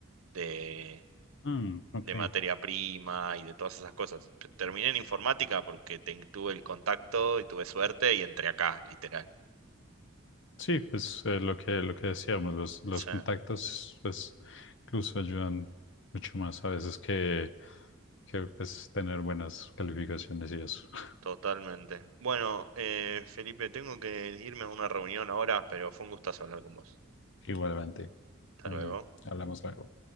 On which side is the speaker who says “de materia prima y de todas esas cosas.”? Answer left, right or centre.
Right